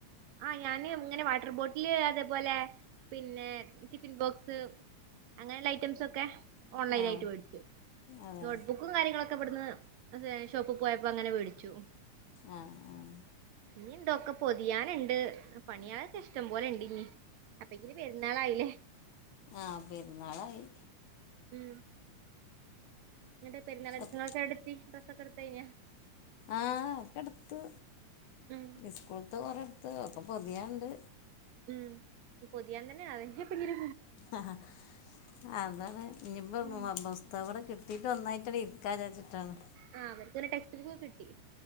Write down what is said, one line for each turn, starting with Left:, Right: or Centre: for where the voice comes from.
Right: ആന് ഞാന് ഇങ്ങനെ വാട്ടർ ബോട്ടില് അതേപോലെ പിന്നെ ടിഫിൻ ബോക്സ് അങ്ങനെയുള്ള ഐറ്റംസ് ഒക്കെ ഓൺലൈൻ
Left: ആ
Right: ആയിട്ട് വേടിക്കും
Left: അതെ
Right: നോട്ട്ബുക ബുക്കും കാര്യങ്ങളൊക്കെ ഇവിടുന്ന് ഷോപ്പി പോയപ്പോ അങ്ങനെ മേടിച്ചു
Left: ആഹ് ആഹ്
Right: ഇനീണ്ടൊക്കെ പൊതിയാനുണ്ട് പണിയാളൊക്കെ ഇഷ്ടം പോലെ ഇണ്ട് ഇനിം അപ്പത്തിക്ക്‌ പെരുന്നാളായില്ലേ
Left: ആഹ്പെരുന്നാളായി
Right: ഉം എന്നിട്ട് പെരുന്നാളൊരുക്കങ്ങളൊക്കെടെത്തി
Left: എ-
Right: ഡ്രസൊക്കെടുത്തകഴിഞ്ഞ
Left: ആഹ് ഒക്കെ എടുത്ത്
Right: ഉം
Left: സ്കൂളത്ത് കൊറെടുത് ഒക്കെ പൊതിയണ്ട്
Right: ഉം പൊതിയൻ തന്നെ ആവേശം ഭയങ്കര
Left: ആഹ് അതാണ് ഇനിയിപ്പോ
Right: ഉം
Left: പുസ്തകവിടെ കിട്ട കിട്ടീട്ട്ന്നായിട്ടടെ ഇരിക്കാ വിചാരിച്ചിട്ടാണ്
Right: ആ അവർക്ക് പിന്നെ ടെക്സ്റ്റ് ബുക്കും കിട്ടി